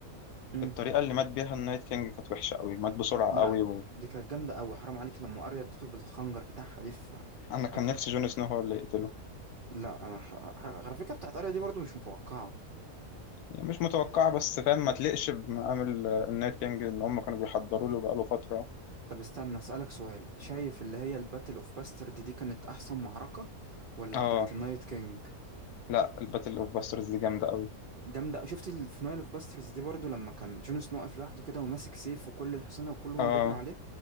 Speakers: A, on the right; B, on the left.
A: امم
B: الطريقة اللي مات بيها النايت كينج كانت وحشة قوي مات بسرعة
A: لا
B: قوي
A: دي كانت جامده قوي حرام عليك لما اريا اديته بالخنجر بتاعها دي في
B: انا
A: في
B: كان
A: رقبته
B: نفسي جون سنو هو اللي يقتله
A: لا انا ح... ح- على فكره بتاعت اريا دي برضه مش متوقعه
B: يعني مش متوقعه بس فاهم ما تلقش بمقام النايت كينج ان هم كانوا بيحضروا له بقاله فتره
A: طب استنى أسألك سؤال شايف اللي هي الباتل اوف باسترد دي كانت احسن معركة ولا
B: اه
A: بتاعة النايت كينج
B: لا الباتل اوف باسترز دي جامده قوي
A: جامدة شفت ال- في نايل اوف باسترز دي برضو لما كان جون سنو واقف لوحده كده وماسك سيف وكل الحصنة وكلهم
B: اه
A: بيجروا عليه